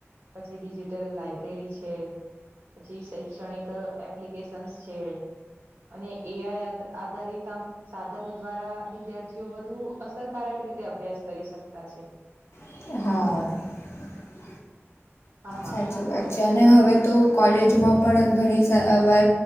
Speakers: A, on the right (about 80°); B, on the left (about 65°).
A: પછી ડિજિટલ લાઈબ્રેરી છે. પછી શૈક્ષણિક એપ્લિકેશન્સ છે. અને એ આ આધારિત આમ સાધનો દ્વારા વિદ્યાર્થીઓ વધુ અસરકારક રીતે અભ્યાસ કરી શકતા છે.
B: <inaudible>
A: હા હા
B: સાચી વાત છે અને હવે તો કોલેજોમાં પણ ઘણી સવાર